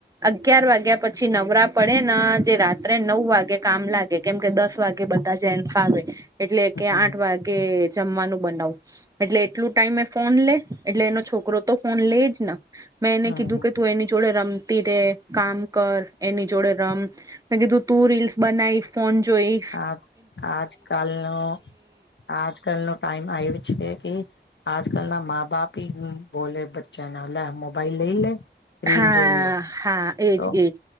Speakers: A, on the right (about 20°); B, on the left (about 75°).
A: અગિયાર વાગ્યા પછી નવરા પડે ને જે રાત્રે નવ વાગે કામ લાગે કેમ કે દસ વાગે બધા જેન્ટસ આવે એટલે
B: હમ
A: કે આઠ વાગે જમવાનું બનાવું. એટલે એટલું ટાઈમે એ ફોન લે એટલે એનો છોકરો તો ફોન લે જ મેં એને
B: હમ
A: કીધું કે તું એની જોડે રમતી રે કામ કર એની જોડે રમ મે કીધું તું રીલ્સ બનાવીશ ફોન જોઈ
B: આ આજ કાલનો આજ કલ નો ટાઈમ આઈ વો છે કે આજ કલ ના માા બાપ બોલે બચ્ાના લ મોબાઈલ લઈ લે રીલ
A: હા
B: જોઈ લે
A: હા એજ
B: તો
A: એજ